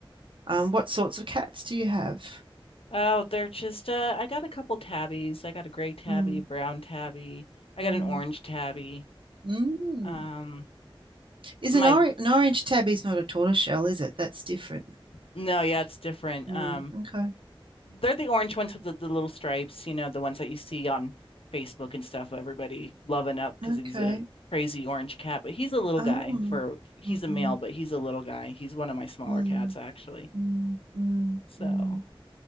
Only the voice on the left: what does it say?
Oh, they're just uh I got a couple tabbies. I got a gray tabby,
a brown tabby. I
got an orange tabby.
Um
my
no, yeah, it's different.
Um
They're the orange ones with the, the little stripes, you know, the ones that you see on Facebook and stuff. Everybody loving up because
he's a crazy orange cat, but he's a little
guy for he's
a male, but he's a little guy. He's one of my smaller
cats actually.
So,